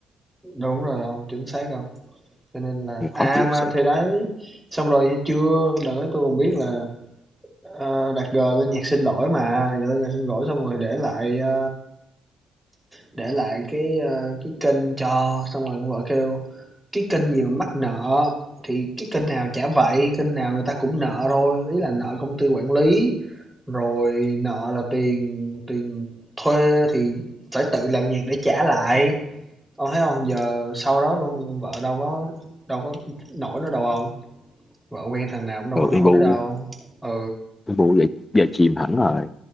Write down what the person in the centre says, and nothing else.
Đúng rồi ông, chính xác không Cho nên là
à,
mà
thì đấy, xong rồi nghe chưa, đợi tôi còn biết là, ờ, Đạt G lên nhạc xin lỗi mà, Đạt G lên nhạc xin lỗi xong rồi để lại, a Để lại cái, ơ, cái kênh cho, xong rồi con vợ kêu: "Cái kênh gì mà mắc nợ, thì cái kênh nào chả vậy, kênh nào người ta cũng nợ thôi." Ý là nợ công ty quản lý, rồi nợ là tiền tiền thuê thì phải tự làm nhạc để trả lại. Ông thấy không Giờ sau đó con vợ đâu có đâu có nổi nữa đâu không vợ quen thằng nào cũng đâu
có nổi
nữa đâu. Ừ,